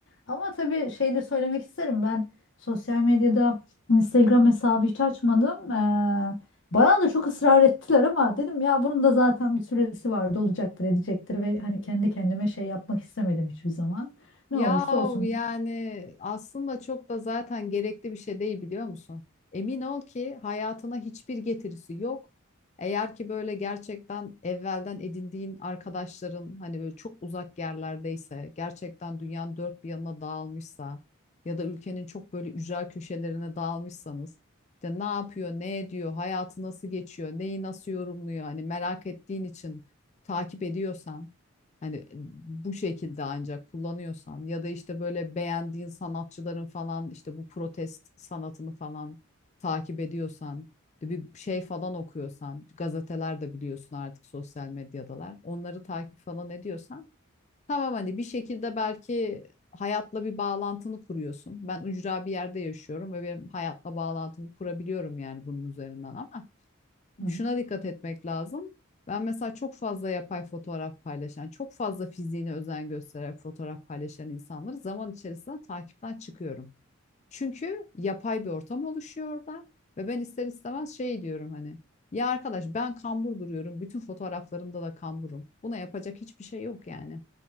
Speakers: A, on the left (about 60°); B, on the left (about 30°).
A: Ama tabii şey de söylemek isterim. Ben sosyal medyada Instagram hesabı hiç açmadım. Ee, bana da çok ısrar ettiler ama dedim ya bunun da zaten bir süresi vardı olacaktır edecektir ve hani kendi kendime şey yapmak istemedim hiçbir zaman. Ne
B: Yahu
A: olursa olsun.
B: yani aslında çok da zaten gerekli bir şey değil biliyor musun? Emin ol ki hayatına hiçbir getirisi yok. Eğer ki böyle gerçekten evvelden edindiğin arkadaşların hani böyle çok uzak yerlerdeyse, gerçekten dünyanın dört bir yanına dağılmışsa ya da ülkenin çok böyle ücra köşelerine dağılmışsanız işte ne yapıyor, ne ediyor, hayatı nasıl geçiyor, neyi nasıl yorumluyor hani merak ettiğin için takip ediyorsan Hani bu şekilde ancak kullanıyorsan ya da işte böyle beğendiğin sanatçıların falan işte bu protest sanatını falan takip ediyorsan bir şey falan okuyorsan gazeteler de biliyorsun artık sosyal medyadalar onları takip falan ediyorsan tamam hani bir şekilde belki hayatla bir bağlantını kuruyorsun. Ben ücra bir yerde yaşıyorum ve benim hayatla bağlantımı kurabiliyorum yani bunun üzerinden ama
A: Hı hı,
B: şuna dikkat etmek lazım. Ben mesela çok fazla yapay fotoğraf paylaşan, çok fazla fiziğine özen göstererek fotoğraf paylaşan insanları zaman içerisinde takipten çıkıyorum. Çünkü yapay bir ortam oluşuyor orada ve ben ister istemez şey diyorum hani ya arkadaş ben kambur duruyorum. Bütün fotoğraflarımda da kamburum. Buna yapacak hiçbir şey yok yani.